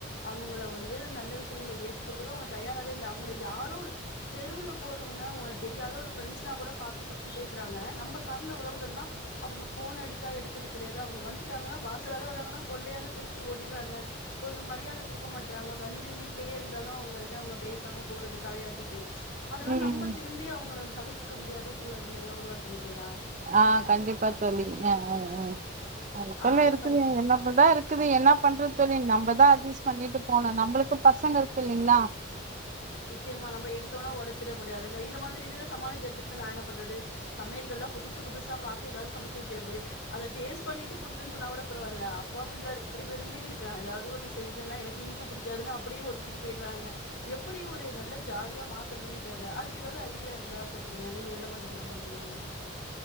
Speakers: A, on the left (about 55°); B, on the right (about 35°).
A: அவங்கள வந்து நல்ல விஷயங்களை ஏத்துக்கறதுக்கோ அவங்க தயாராவே இல்லை அவங்க யாரோ ஒரு தெருவுல போறவங்க தெரியாத ஒரு ப்ரெண்ட்ஸ்னா கூட பார்த்து சிரிச் ச்சு பேசுறாங்க நம்ம சார்ந்த உறவுகல்னா அவங்க போன் அடிச்சா எடுக்கறது கிடையாது அவங்க வந்துட்டாங்கன்னா வாசலால வராங்கன்னா கொள்ளையால தெரிச்சி ஓடிட்றாங்க ஒரு மரியாதை கொடுக்க மாட்டறாங்க வந்து வீட்லயே இருந்தாலும் அவங்ககிட்ட அவங்க பேசாம போறது தலையாட்டிட்டு அதெல்லாம்
B: ம்
A: நம் திரும்பி அவங்கள சகிச்சு க்க முடியாத <unintelligible> சூழல்கள் எல்லாம் உருவாக்குது இல்லையா
B: ஆஹ் கண்டிப்பா தோழி அஹ்ஹ்ஹ் அதுப்போல
A: ஆ அந்த
B: இருக்குது
A: மாதிரி
B: என்னப்படதான் இருக்குது என்ன பண்றது தோழி நம்மதான் அட்ஜஸ்ட் பண்ணிட்டு போவனும் நம்மளுக்கு பசங்க இருக்கு இல்லைங்களா
A: நிச்சயமா நம்ம எடுத்தோனா உடச்சிட முடியாதுல இந்த மாதிரி இதுல சமாளிக்கிறதுக்கு நான் என்ன பண்ற து <inaudible> சமையல்கள் எல்லாம் புதுசு புதுசா பாத்து ஏதாவது சமைச்சு வைக்கிறது அத டேஸ்ட் பன்னிட்டு புடிக்கலனா பரவா இல்ல அப்பா புள்ள ரெண்டு பேருமே எனக்கு இனிப்பு புடிக்காது அப்படியே ஒதுக்கிட்டு போயிடுறாங்க எப் எப்படி ஒரு நல்ல ஜாலியா மாத் துறதுனே தெரியல அதுக்கு ஏதாவது ஐடியா இருந்தா சொல்லுங்க நீங்க எந்த மாதிரி எல்லாம் பண்ணுவீங்க